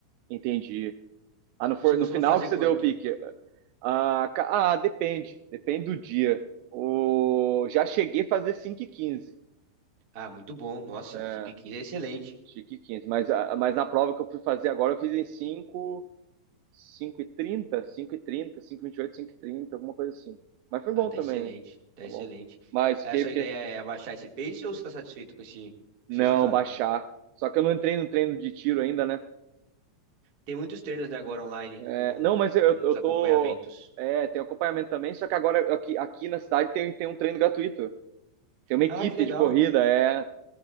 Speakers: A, on the right; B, on the right.
A: Entendi. Ah, não foi
B: Você costuma
A: no final
B: fazer
A: que você
B: quanto?
A: deu o pique. Ah, ca- ah, depende. Depende do dia. O, já cheguei a fazer 5 e 15,
B: Ah, muito bom. Nossa,
A: É,
B: 5,15 é excelente.
A: 5 e quinze. Mas, a- mas na prova que eu fui fazer agora, eu fiz em 5, 5 e 30, 5 e 30, 5 e 28, 5 e 30, alguma coisa assim. Mas foi bom
B: Ah, tá
A: também.
B: excelente, tá
A: Tá
B: excelente.
A: bom. Mas
B: A
A: fiquei,
B: sua
A: fiquei.
B: ideia é abaixar esse pace ou você tá satisfeito com esse, com
A: Não,
B: esse resultado?
A: baixar. Só que eu não entrei no treino de tiro ainda, né?
B: Tem muitos treinos, né, agora online,
A: É,
B: um-
A: não, mas eu,
B: uns
A: eu
B: acompanhamentos.
A: tô. É, tem acompanhamento também, só que agora aqui, aqui na cidade tem, tem um treino gratuito. Tem uma equipe
B: Ah, que legal,
A: de corrida, é.